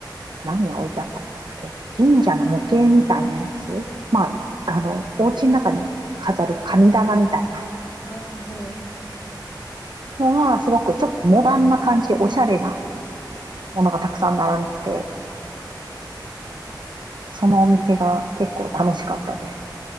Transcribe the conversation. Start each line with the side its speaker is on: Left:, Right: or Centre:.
Right: 何が置いてあったかなあれ。神社の模型みたいなやつ。まあ、あの、お家の中に飾る神棚みたいな
Left: ああ、はい。
Right: のが、すごくちょっとモダンな感じでおしゃれなものがたくさん並んでて、そのお店が結構楽しかったです。